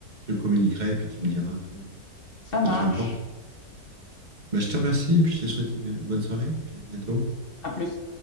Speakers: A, on the right (about 30°); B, on the left (about 40°).
A: te communiquerai et puis tu me diras un peu
B: Ça
A: ce
B: marche.
A: que tu en penses. Bah, je te remercie et puis je te souhaite une une bonne soirée, et puis à bientôt.
B: À plus.